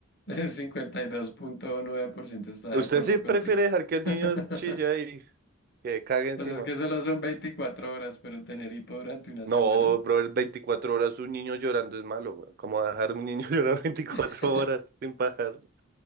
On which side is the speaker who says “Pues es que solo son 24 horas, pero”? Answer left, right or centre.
Left